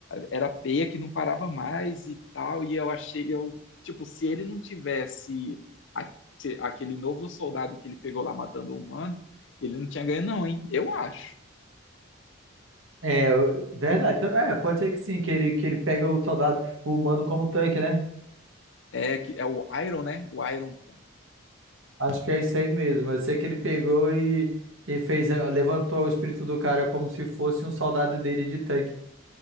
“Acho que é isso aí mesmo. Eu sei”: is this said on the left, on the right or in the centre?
Right